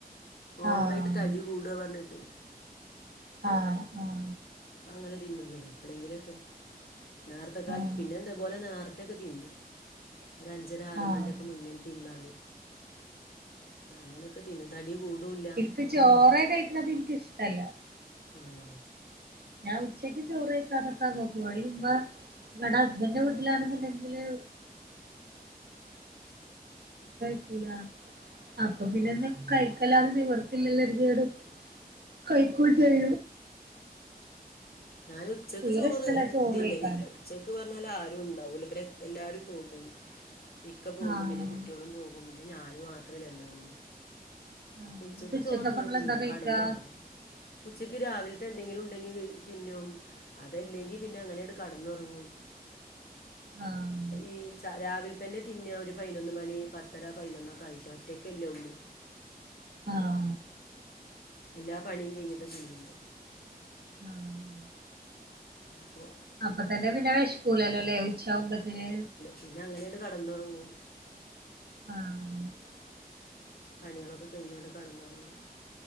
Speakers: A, on the left (about 70°); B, on the right (about 80°).
A: ഓവറായിട്ട്
B: ആഹ്
A: തടി കൂടുവാ പറഞ്ഞിട്ട്
B: ആഹ് ഹ്
A: അങ്ങനെ തിന്നുവൊന്നുല്ല എപ്പോഴെങ്കിലൊക്കെ നേർത്തും കാലത്തും
B: ആഹ്
A: പിന്നെ എന്തതുപോലെ നേരത്തെ ഒക്കെ തിന്നും ഒരു അഞ്ചര ആറ്
B: ആഹ്
A: മണിൻ്റെ
B: ആഹ്
A: ഒക്കെ മുന്നേ തിരന്നാല് അങ്ങനൊക്കെ തിന്നും തടി കൂടൂല്ല
B: എനിക്ക് ചോറെ കഴിക്കണത് എനിക്കിഷ്ടമല്ല
A: ആഹ്
B: ഞാൻ ഉച്ചക്കും ചോറ് കഴിക്കാനൊക്കെ നോക്കുവ അതിന് മുമ്പേ ഇവടെ ഹസ്ബൻ്റിൻ്റെ വീട്ടിലാണെന്നുണ്ടെങ്കില് <unintelligible> അപ്പൊ പിന്നെ എന്തെലും കയിക്കാൻ അല്ലാതെ നിവർത്തിയില്ലല്ലെതികേടും കൈക്കൂംചെയ്യും
A: ഞാനുച്ചക്ക്
B: തീരെ
A: ചോറ്
B: ഇഷ്ടല്ല ചോറ്
A: തിന്നലില്ല
B: കഴിക്കാന്
A: ഉച്ചക്ക് പറഞ്ഞാലാരും ഉണ്ടാവുല പിന്നെ എല്ലാരും പോകും ഇക്ക പോകും
B: ആഹ്
A: പിന്നെ കു ട്ട്യോളും പോകും പിന്നെ ഞാൻ മാത്രല്ലേ ഇണ്ടാവുള്ളു
B: ആഹ്
A: ആപ്പുച്ചക്ക്
B: ന്നിട്ട് ഉച്ചക്കപ്പ
A: ചോറങ്ങനെ
B: ഇങ്ങളെന്താ
A: തിന്നൂല
B: കഴിക്കാ
A: കെടന്നൊറങ്ങും ഉച്ചക്ക് രാവിലത്തെന്തെങ്കിലുണ്ടെങ്കില് തിന്നും അതല്ലെങ്കി പിന്നെ അങ്ങനെയണ്ട് കെടന്നൊറങ്ങും
B: ആഹ്
A: ഈ രാവിലെതന്നെ തിന്ന ഒരു പയിനൊന്ന് മണി പത്തര പയിനൊന്നൊക്കെയായിട്ട് ഒറ്റക്കല്ലുള്ളൂ
B: ആഹ്
A: എല്ലാ പണിയും കയിഞ്ഞിട്ടാ തിന്ന്ന്നെ
B: ആഹ്
A: അപ്പൊ
B: അപ്പൊതന്നെ പിന്നെ വെശ്കൂല്ലല്ലോലേ ഉച്ചയാവുമ്പത്തിന്
A: പിന്നെങ്ങനെയണ്ട് കെടന്നൊറങ്ങും
B: ആഹ്
A: പണികളൊക്കെ കയിഞ്ഞാണ്ട് കെടന്നൊറങ്ങും